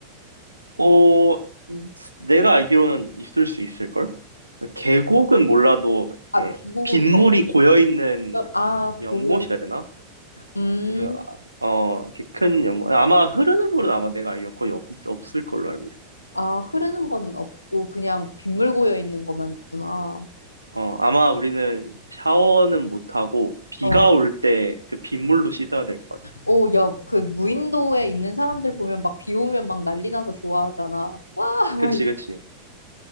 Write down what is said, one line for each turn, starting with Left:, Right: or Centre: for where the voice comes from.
Right: 어, 이- 내가 알기로는 있을 수 있을걸? 계곡은 몰라도
Left: 아,
Right: 이렇게
Left: 계곡은,
Right: 빗물이
Left: 뭐-
Right: 고여있는
Left: 아,
Right: 연못이라
Left: 고여
Right: 해야 되나?
Left: 음.
Right: 그래서 아, 어 이렇게 큰 연못 아마 흐르는 물은 아마 내가 알기로 거의 없, 없을 걸로 알고 있어.
Left: 아, 흐르는 건 없고 그냥 빗물 고여 있는 것만 있구나.
Right: 어 아마 우리는 샤워는 못 하고 비가
Left: 어.
Right: 올 때 그 빗물로 씻어야 될 것 같아.
Left: 오, 야, 그 무인도에 있는 사람들 보면 막 비 오면 막 난리 나서 좋아하잖아. 와, <laughs> 막
Right: 그치
Left: 이래.
Right: 그치.